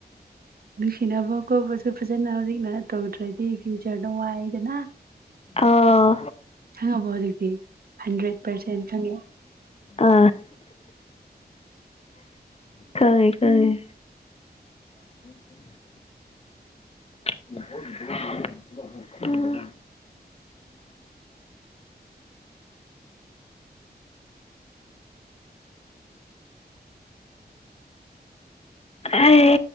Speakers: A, on the right (about 60°); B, on the left (about 35°).
A: ꯅꯨꯡꯁꯤꯅꯕ ꯈꯣꯠꯄꯁꯨ ꯐꯖꯅ ꯍꯧꯖꯤꯛꯅ ꯇꯧꯗ꯭ꯔꯗꯤ ꯐ꯭ꯌꯨꯆꯔꯗ ꯋꯥꯏꯗꯅ
B: ꯑꯥ
A: ꯈꯪꯉꯕꯣ ꯍꯧꯖꯤꯛꯇꯤ ꯍꯟꯗ꯭ꯔꯦꯠ ꯄꯥꯔꯁꯦꯟ ꯈꯪꯉꯦ
B: ꯑ ꯈꯪꯉꯦ ꯈꯪꯉꯦ ꯎꯝ <inaudible> <inaudible> ꯑꯦ